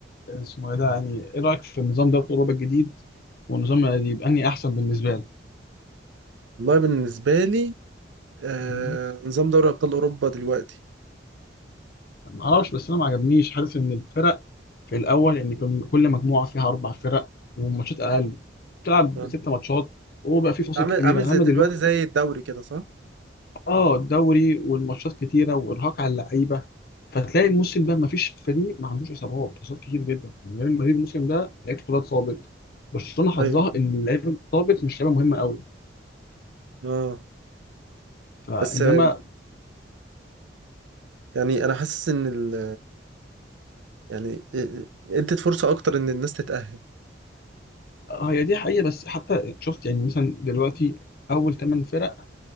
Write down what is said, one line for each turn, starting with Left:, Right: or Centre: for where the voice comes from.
Left: اسمه ايه ده يعني ايه رايك في النظام ده بتاع اوروبا الجديد والنظام القديم انهي احسن بالنسبه لك؟
Right: والله بالنسبه لي آه
Left: مم.
Right: نظام دوري ابطال اوروبا دلوقتي
Left: ما اعرفش بس انا ما عجبنيش حاسس ان الفرق في الاول ان كان كل مجموعه فيها اربع فرق والماتشات اقل بتلعب
Right: آه،
Left: ست ماتشات وبقى في فاصل
Right: عامل
Left: كبيره
Right: عامل زي
Left: انما
Right: دلوقتي
Left: دلوقتي
Right: زي الدوري كده صح
Left: اه الدوري والماتشات كتيره وارهاق على اللعيبه فتلاقي الموسم ده ما فيش فريق ما عندوش اصابات اصابات كتير جدا يعني ريال مدريد الموسم ده لعيبه كلها اتصابت برشلونه حظها
Right: ايوه
Left: ان اللعيبه اللي اتصابت مش لعيبه مهمه قوي
Right: اه
Left: فانما
Right: بس <laughs> آه، يعني انا حاسس ان ال... يعني ادت فرصه اكتر ان الناس تتاهل
Left: اه هي دي حقيقة بس حتى شفت يعني مثلا دلوقتي أول ثمان فرق